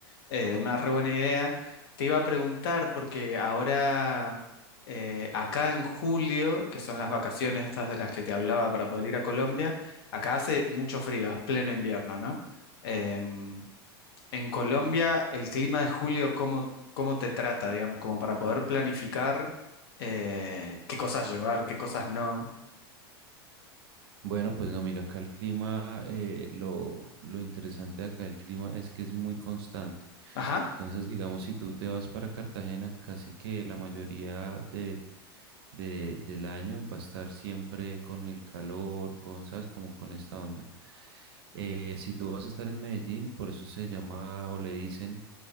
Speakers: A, on the left; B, on the right.
A: eh, una re buena idea. Te iba a preguntar, porque ahora, eh, acá en julio, que son las vacaciones estas de las que te hablaba para poder ir a Colombia, acá hace mucho frío, es pleno invierno, ¿no? Em, en Colombia, el clima de julio, ¿cómo, cómo te trata, digamos, como para poder planificar eh, qué cosas llevar, qué cosas no?
B: Bueno, pues no, mira, acá el clima, eh, lo, lo interesante de acá el clima es que es muy constante.
A: Ajá,
B: Entonces, digamos, si tú te vas para Cartagena, casi que la mayoría de, de- del año va a estar siempre con el calor, con, ¿sabes? Como con esta onda. Eh, si tú vas a estar en Medellín, por eso se llama o le dicen